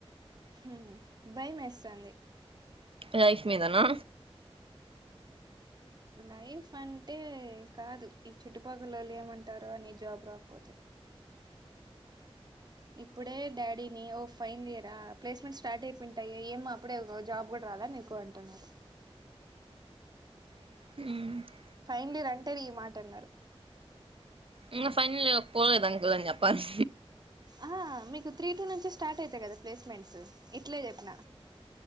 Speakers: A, on the right; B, on the right.
A: మ్ భయమేస్థంది
B: లైఫ్ మీదనా
A: లైఫ్ అంటే కాదు ఈ చుట్టుపక్కలోళ్ళు ఏమంటారో అని జాబ్ రాకపోతే ఇప్పుడే డాడీని ఓ ఫైన్ ఇయరా ప్లేస్మెంట్ స్టార్ట్ అయిపోఇంటాయి ఏమ్ అప్పుడే జాబ్ కూడా రాలా నీకు అంటున్నారు
B: మ్
A: ఫైన్లీయర్ అంటే ఈ మాటన్నారు
B: ఇంగ ఫైనల్ ఇయర్ కు పోలేదంకుల్ అని చెప్పాలి
A: ఆహా మీకు త్రీ టూ నుంచి స్టార్ట్ అయితాయి కదా ప్లేస్మెంట్స్ ఇట్లే చెప్పిన